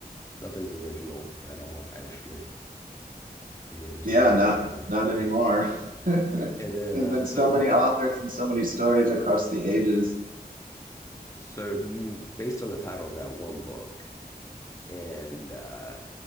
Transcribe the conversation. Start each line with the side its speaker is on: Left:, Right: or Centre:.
Left: Nothing's original at all, actually. Yeah, there's
Right: Yeah,
Left: no originality.
Right: not not anymore.
Left: Yeah.
Right: <laughs> There's
Left: And then uh,
Right: been
Left: so
Right: so many authors and so many stories across the ages.
Left: so do you based on the title of that one book and uh,